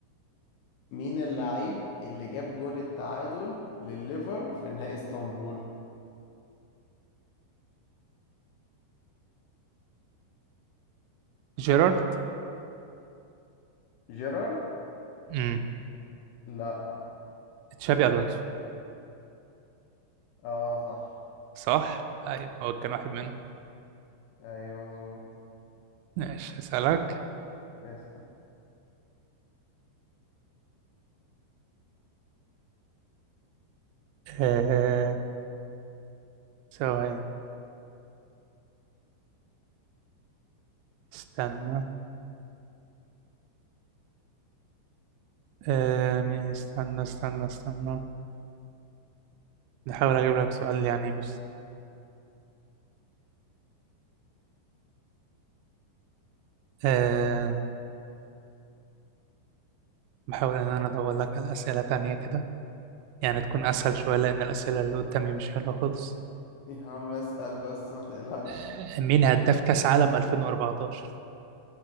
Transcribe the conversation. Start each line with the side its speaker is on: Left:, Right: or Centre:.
Left: مين اللعيب اللي جاب جون التعادل لليفر في نهائي اسطنبول
Right: جيرارد
Left: جيرارد
Right: مم.
Left: لا
Right: تشابي الونسو
Left: اه صح
Right: صح ايوه هو كان واحد منهم
Left: ايوه مظبوط
Right: ماشي اسالك
Left: اسأل
Right: آه... ثواني استنى آه... مين- استنى استنى استنى نحاول اجيب لك سؤال يعني مش آه... بحاول إن أنا أدور لك على أسئلة تانية كده يعني تكون أسهل شوية لأن الأسئلة اللي قدامي مش حلوة خالص
Left: يا عم اسأل بس ما تقلقش
Right: آه، مين هداف كأس عالم 2014؟